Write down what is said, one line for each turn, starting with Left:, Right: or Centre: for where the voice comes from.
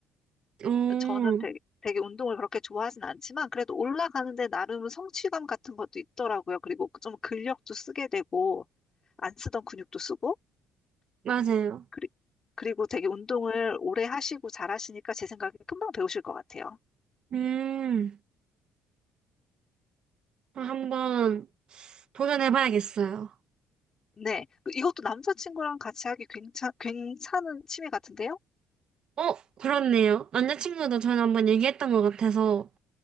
Right: 오,
Left: 저는 되게, 되게 운동을 그렇게 좋아하진 않지만, 그래도 올라가는데 나름 성취감 같은 것도 있더라고요. 그리고 좀 근력도 쓰게 되고, 안 쓰던 근육도 쓰고,
Right: 맞아요.
Left: 그리, 그리고 되게 운동을 오래 하시고 잘하시니까 제 생각에 금방 배우실 것 같아요.
Right: 음, 어, 한번 도전해봐야겠어요.
Left: 네. 이것도 남자친구랑 같이 하기 괜찮, 괜찮은 취미 같은데요?
Right: 어, 그렇네요. 남자친구도 저는 한번 얘기했던 것 같아서,